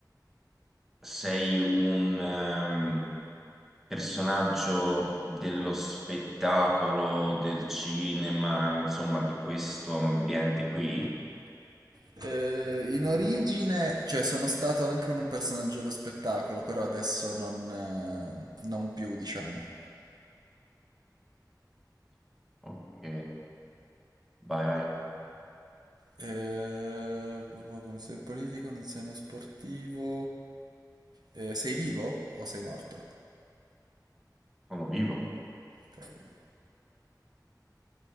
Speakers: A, in the centre; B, on the right.
A: sei un, ehm, personaggio dello spettacolo, del cinema, insomma, di questo ambiente qui.
B: Eh, in origine, cioè sono stato anche un personaggio dello spettacolo, però adesso non, eh, non più, diciamo.
A: Ok, vai, vai,
B: Eh, bu- bu- bu- non sei un politico, non sei uno sportivo. Eh, sei vivo o sei morto?
A: sono vivo.
B: Ok, vivo.